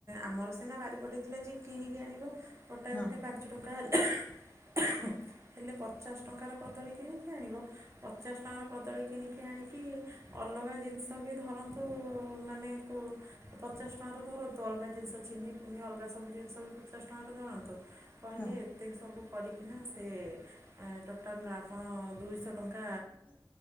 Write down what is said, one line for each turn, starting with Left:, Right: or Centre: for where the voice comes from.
Right: ଆମର ସିନା ବାରି ପଟେଥିଲା ଯିଏ କିଣିକି ଆଣିବ ଗୋଟାଏ
Left: ହଁ
Right: ଗୋଟେଏ ପାଞ୍ଚ ଟଙ୍କା ହେଲା। <inaudible> ହେଲେ ପଚାଶ ଟଙ୍କାର କଦଳୀ କିଣିକି ଆଣିବ, ପଚାଶ ଟଙ୍କାର କଦଳୀ କିଣିକି ଆଣିକି ଅଲଗା ଜିନିଷ ବି ଧରନ୍ତୁ ମାନେ ପଚାଶ ଟଙ୍କାରୁ ଧରନ୍ତୁ ଅଲଗା ଜିନିଷ ଅ ଚିନି ପିନି ଅଲଗା ସବୁ ଜିନିଷ ବି ପଚାଶ ଟଙ୍କାରେ ଧରନ୍ତୁ। କହିଲେ
Left: ହଁ।
Right: ଏତେ ସବୁ କରିକିନା ସେ ଟୋଟାଲ ଆପଣ ଦୁଇଶହ ଟଙ୍କା
Left: ଆଛା।